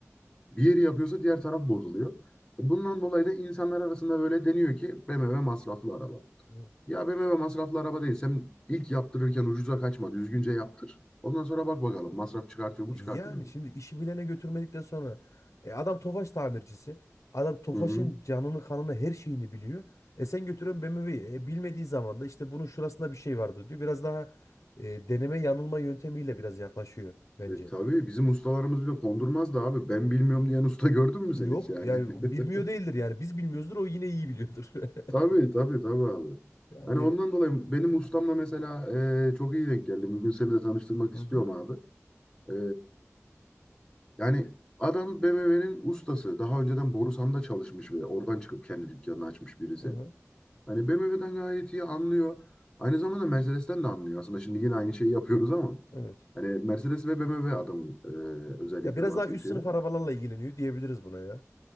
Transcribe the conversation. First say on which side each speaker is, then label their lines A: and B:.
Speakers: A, on the left; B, on the left.
A: Bir yeri yapıyorsa diğer taraf bozuluyor. Bundan dolayı da insanlar arasında böyle deniyor ki BMW masraflı araba.
B: Evet.
A: Ya BMW masraflı araba değil. Sen ilk yaptırırken ucuza kaçma, düzgünce yaptır. Ondan sonra bak bakalım masraf çıkartıyor mu,
B: E
A: çıkartmıyor
B: Yani
A: mu?
B: şimdi işi bilene götürmedikten sonra e, adam Tofaş tamircisi. Adam Tofaş'ın
A: Hı hı.
B: canını kanını her şeyini biliyor. E sen götürün BMW'yi. E, bilmediği zaman da işte bunun şurasında bir şey vardı diyor. Biraz daha e, deneme yanılma yöntemiyle biraz yaklaşıyor bence.
A: E, tabii bizim ustalarımız bile kondurmaz da abi. Ben bilmiyorum diyen usta gördün mü
B: Yok
A: sen hiç yani?
B: yani
A: <laughs>
B: o bilmiyor değildir yani. Biz bilmiyoruzdur o yine iyi biliyordur. <laughs>
A: Tabii tabii tabii abi.
B: Yani
A: Hani ondan dolayı benim ustamla mesela e, çok iyi denk geldi. Bugün seni de tanıştırmak
B: hı
A: istiyorum
B: hı,
A: abi. E, yani adam BMW'nin ustası. Daha önceden Borusan'da çalışmış ve oradan çıkıp kendi dükkanını açmış birisi.
B: hı hı,
A: Hani BMW'den gayet iyi anlıyor. Aynı zamanda Mercedes'ten de anlıyor. Aslında şimdi yine aynı şeyi yapıyoruz ama.
B: evet.
A: Hani Mercedes ve BMW adamın e, özellikle
B: Ya biraz
A: baktığı
B: daha üst
A: şeyler.
B: sınıf arabalarla ilgileniyor diyebiliriz buna ya.